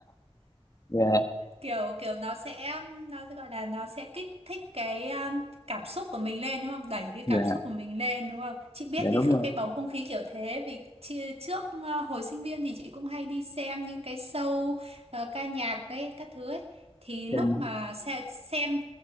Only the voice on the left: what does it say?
Dạ
dạ
dạ
đúng
rồi.
Dạ